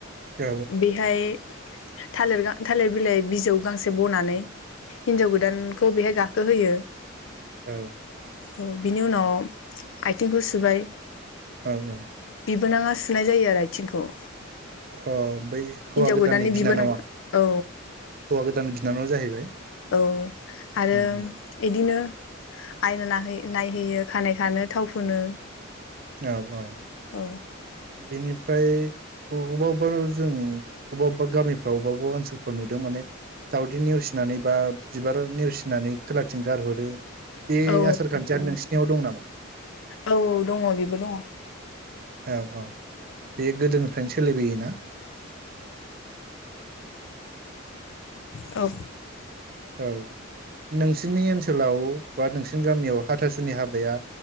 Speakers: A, on the right; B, on the left.
A: औ
B: बिहाय थालिर गा थालिर बिलाइ बिजौ गांसे बनानै हिन्जाव गोदानखौ बेहाय गा हो होयो
A: औ
B: औ बिनि उनाव आथिं गु सुबाय
A: औ औ
B: बिबोनाङा सुनाय जायो आरो आथिंखौ
A: अ बै हौवा
B: हिनजाव
A: गोदाननि बिनानावा
B: बिबोनां औ
A: हौवा गोदान बिनानावा जाहैबाय
B: औ आरो
A: उम उम
B: इदिनो आयना नायहैयो खानाय खानो थाव फुनो
A: औ औ
B: औ
A: बेनिफ्राय अबा अबेबा जों अबेबा अबेबा गामिफ्राव अबेबा अबेबा ओनसोलफ्राव नुदों माने दावदै नेवसिनानै बा बिबार नेवसिनानै खोलाथिं गारहरो बे
B: औ
A: आसार खान्थियानो साव दं नामा
B: औ औ दङ बेबो दङ
A: औ औ बे गोदोनिफ्रायनो सोलिबोयोना
B: औ
A: औ नोंसोरनि ओनसोलाव बा नोंसिनि गामियाव हाथासुनि हाबाया